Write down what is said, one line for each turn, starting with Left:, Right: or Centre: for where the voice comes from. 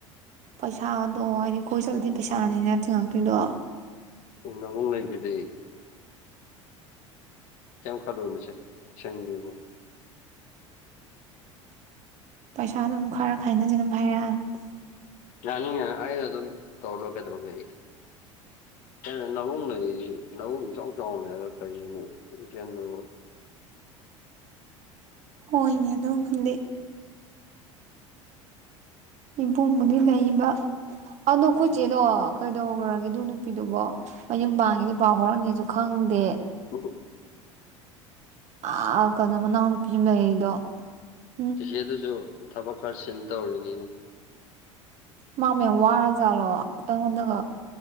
Right: ꯄꯩꯁꯥꯗꯣ ꯍꯥꯏꯗꯤ ꯀꯣꯏ ꯆꯠꯂꯗꯤ ꯄꯩꯁꯥꯅꯤꯅ ꯇꯤꯡꯉꯛꯇꯣꯏꯗꯣ
Left: ꯅꯕꯨꯡ ꯂꯩꯖꯤꯗꯤ ꯀꯩꯝ ꯈꯜꯂꯨꯅꯨꯁꯦ ꯏꯆꯟꯒꯤꯕꯨ
Right: ꯄꯩꯁꯥꯗꯨꯝ ꯈꯔ ꯈꯥꯏꯅꯖꯤꯗꯨꯝ ꯍꯥꯏꯔꯛꯑꯅꯤ
Left: ꯌꯥꯅꯤꯌꯦ ꯑꯩ ꯑꯗꯨꯝ ꯇꯧꯔ ꯂꯣꯢꯔꯦ ꯀꯩꯗꯧꯔꯒꯦ ꯀꯩꯅꯣ ꯅꯕꯨꯡ ꯂꯩꯔꯤꯖꯤꯗꯤ ꯅꯕꯨꯡ ꯏꯆꯥꯎ ꯆꯥꯎꯅ ꯂꯩꯔ ꯀꯔꯤꯒꯤꯅꯣ ꯏꯆꯦꯜꯗꯕꯨ
Right: ꯍꯣꯏꯅꯦ ꯑꯗꯨꯐꯨꯗꯤ ꯏꯕꯨꯡꯕꯨꯗꯤ ꯂꯩꯕ ꯑꯗꯣ ꯈꯣꯢꯆꯦꯗꯣ ꯀꯩꯗꯧꯒ꯭ꯔꯒꯦ ꯑꯗꯨ ꯅꯨꯄꯤꯗꯨꯕꯨ ꯃꯌꯨꯝ ꯄꯥꯟꯒꯤꯕꯗꯩ ꯄꯥꯎ ꯐꯥꯎꯔꯛꯅꯤꯖꯨ ꯈꯪꯗꯦ
Left: <inaudible>
Right: ꯑꯥ ꯀꯩꯅꯣ ꯃꯅꯥꯎꯅꯨꯄꯤ ꯑꯃ ꯂꯩꯔꯤꯗꯣ ꯎꯝ
Left: ꯆꯤꯆꯦꯗꯨꯖꯨ ꯊꯕꯛ ꯈꯔ ꯆꯤꯟ ꯇꯧꯔꯤꯅꯤꯅꯦ
Right: ꯃꯥꯕꯨ ꯌꯥꯝ ꯋꯥꯔ ꯖꯥꯠꯂꯣ ꯑꯩꯉꯣꯟꯗꯒ